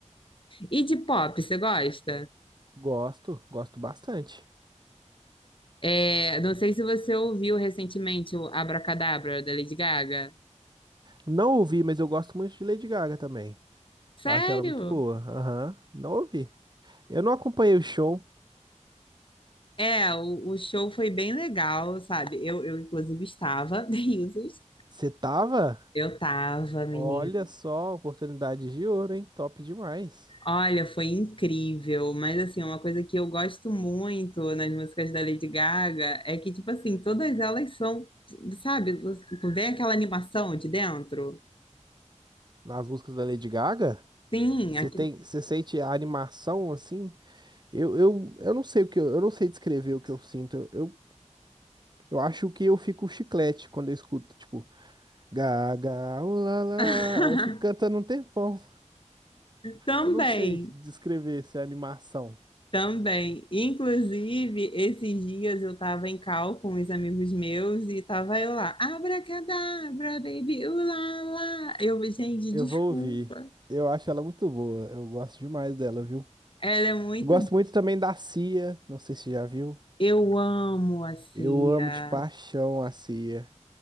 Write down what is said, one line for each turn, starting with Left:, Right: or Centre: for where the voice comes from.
Left: E de pop, você gosta?
Right: Gosto, gosto bastante.
Left: É, não sei se você ouviu recentemente o Abracadabra da Lady Gaga.
Right: Não ouvi, mas eu gosto muito de Lady Gaga também.
Left: Sério?
Right: Eu acho ela muito boa. Aham, não ouvi. Eu não acompanhei o show.
Left: É, o, o show foi bem legal, sabe? Eu, eu inclusive, estava, <laughs> risos.
Right: Você tava?
Left: Eu tava, menina.
Right: Olha só, oportunidade de ouro, hein? Top demais.
Left: Olha, foi incrível, mas assim, uma coisa que eu gosto muito nas músicas da Lady Gaga é que, tipo assim, todas elas são, sabe, você- vem aquela animação de dentro?
Right: Nas músicas da Lady Gaga,
Left: Sim,
Right: você
Left: aqui...
Right: tem, você sente a animação assim? Eu, eu, eu não sei o que eu, eu não sei descrever o que eu sinto. Eu, eu, eu acho que eu fico chiclete quando eu escuto, tipo, Gaga, ulala.
Left: <laughs>
Right: Aí eu fico cantando um tempão.
Left: Também,
Right: Eu não sei descrever essa animação.
Left: também. Inclusive, esses dias eu tava em cal com os amigos meus e tava eu lá, abracadabra, baby, ulala. Eu, gente,
Right: Eu
Left: desculpa.
Right: vou ouvir. Eu acho ela muito boa. Eu gosto demais dela, viu?
Left: Ela é muito.
Right: Gosto muito também da Cia, não sei se já viu.
Left: Eu amo a Cia.
Right: Eu amo de paixão a Cia.